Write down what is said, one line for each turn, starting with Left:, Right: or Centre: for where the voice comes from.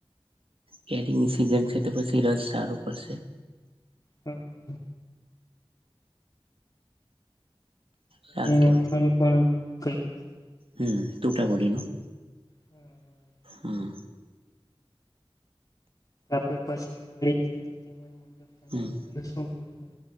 Right: કેરી ની સિઝન છે, તો પછી રસ સારું પડશે.
Left: હમ.
Right: સારું
Left: વાનું
Right: કેવાય
Left: પણ કર્યું છે.
Right: હમ, હોતા હોય.
Left: હમ, હમ.
Right: હા.
Left: આપડે પછાડી વાળીએ એટલે તેજ મડબ ટંગી
Right: હમ
Left: શું. <unintelligible>